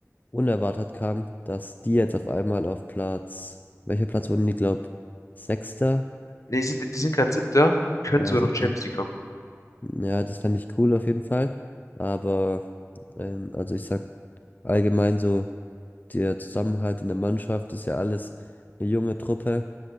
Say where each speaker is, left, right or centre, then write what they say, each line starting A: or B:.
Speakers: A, on the left (about 35°); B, on the left (about 75°).
A: unerwartet kam, dass die jetzt auf einmal auf Platz, welcher Platz wurden die, glaub, Sechster?
B: Nee, Die sind, die sind gerade Siebter, die können
A: Ja,
B: sogar
A: siebter.
B: noch Champions League kommen.
A: Ja, das fände ich cool auf jeden Fall. Aber, ähm, also ich sag allgemein so, der Zusammenhalt in der Mannschaft ist ja alles eine junge Truppe